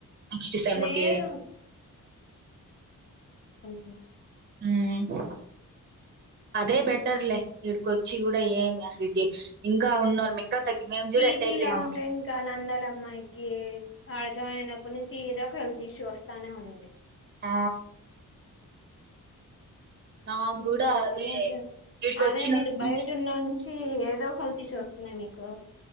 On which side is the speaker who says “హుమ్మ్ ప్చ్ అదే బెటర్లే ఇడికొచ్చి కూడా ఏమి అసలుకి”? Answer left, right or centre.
Right